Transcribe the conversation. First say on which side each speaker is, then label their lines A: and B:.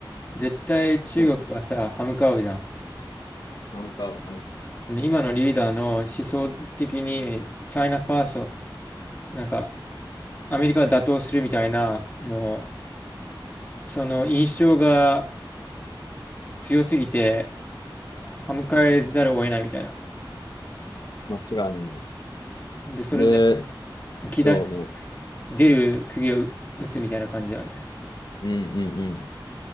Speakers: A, on the left; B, on the left.
A: 絶対中国はさ、
B: なんか、
A: 歯向かうじゃん。
B: なんか、
A: その今のリーダーの思想的に、チャイナファースト、なんか、アメリカを打倒するみたいな、もう、その印象が強すぎて、歯向かえざるを得ないみたいな。
B: 間違いないね。
A: で、それで
B: で、
A: 浮き出し、
B: そ
A: 出る釘を打つみたいな感じだよね。
B: うね。うんうん